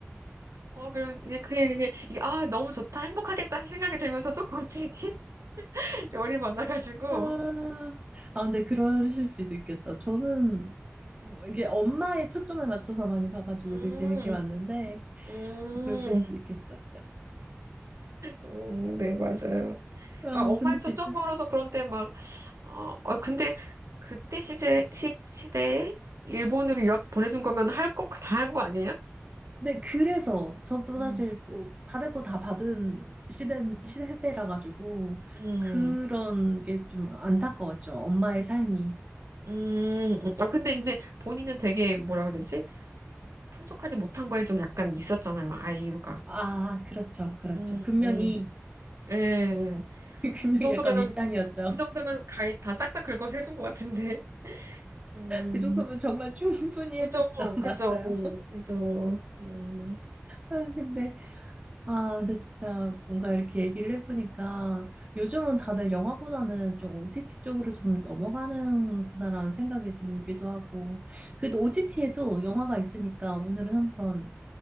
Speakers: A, on the right (about 80°); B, on the right (about 30°).
A: 어 그럼 이게 그냥 이게 이게 아 너무 좋다 행복하겠다 하는 생각이 들면서도 갑자기 <laughs> 열이 받아가지고
B: 아, 아, 근데 그러실 수도 있겠다. 저는 뭐 이게 엄마의 초점을 맞춰서 많이 봐가지고
A: 음,
B: 되게 재밌게 봤는데,
A: 음,
B: 그러실 수도 있겠어요.
A: 음, 네, 맞아요.
B: 어,
A: 아, 엄마의
B: 근데
A: 초점
B: 진짜.
A: 벌어도 그런데 막, 어, 어, 근데 그때 시제, 시, 시대에 일본으로 유학 보내준 거면 할 거 다 한 거 아니에요?
B: 네, 그래서 저도
A: 음,
B: 사실 뭐 받을 거 다 받은 시대, 시대라 가지고
A: 음,
B: 그런 게 좀 안타까웠죠. 엄마의 삶이.
A: 음. 음. 아, 근데 이제 본인은 되게 뭐라고 해야 되지? 풍족하지 못한 거에 좀 약간 있었잖아요, 아이유가.
B: 아, 그렇죠, 그렇죠.
A: 음,
B: 분명히,
A: 음, 예. 예.
B: 분명히
A: 그 정도면은,
B: <laughs> 약간 밉상이었죠.
A: 그 정도면 가이 다 싹싹 긁어서 해준 것 같은데. 음,
B: 그 정도면 정말 충분히
A: 그죠,
B: 해줬죠. <laughs>
A: 그죠,
B: 맞아요.
A: 그죠. 음,
B: 아, 근데, 아, 근데 진짜 뭔가 이렇게 얘기를 해보니까 요즘은 다들 영화보다는 좀 OTT 쪽으로 좀 넘어가는구나라는 생각이 들기도 하고. 그래도 OTT에도 영화가 있으니까 오늘은 한번